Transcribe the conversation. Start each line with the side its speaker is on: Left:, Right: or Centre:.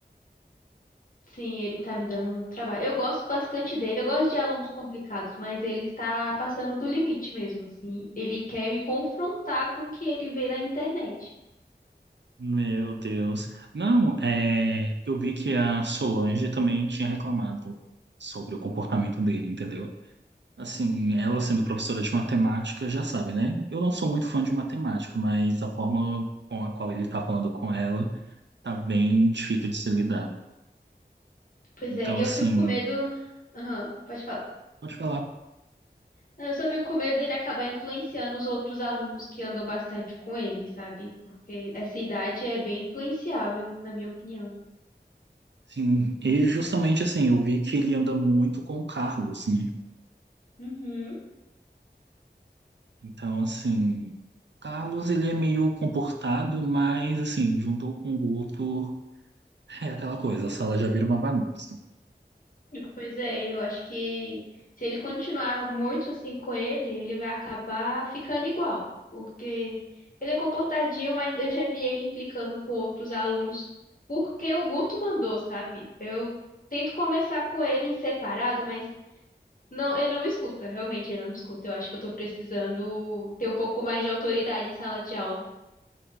Left: Sim, ele tá me dando um trabalho. Eu gosto bastante dele, eu gosto de alunos complicados, mas ele está passando do limite mesmo, assim. Ele quer me confrontar com o que ele vê na internet.
Right: Meu Deus. Não, é, eu vi que a Solange também tinha reclamado sobre o comportamento dele, entendeu? Assim, ela sendo professora de matemática, já sabe, né? Eu não sou muito fã de matemática, mas a forma com a qual ele tá falando com ela tá bem difícil de se lidar.
Left: Pois
Right: Então,
Left: é, eu
Right: assim,
Left: fico com medo. Aham, pode falar.
Right: pode falar.
Left: Eu só fico com medo dele acabar influenciando os outros alunos que andam bastante com ele, sabe? Porque essa idade é bem influenciável, na minha opinião.
Right: Sim, e justamente assim, eu vi que ele anda muito com o Carlos, né?
Left: Uhum.
Right: Então, assim, o Carlos ele é meio comportado, mas assim, juntou com o Guto, é aquela coisa, a sala já vira uma bagunça.
Left: Pois é, eu acho que se ele continuar muito assim com ele, ele vai acabar ficando igual, porque ele é comportadinho, mas eu já vi ele implicando com outros alunos, porque o Guto mandou, sabe? Eu tento conversar com ele em separado, mas Não, ele não me escuta, realmente, ele não me escuta. Eu acho que eu tô precisando ter um pouco mais de autoridade em sala de aula.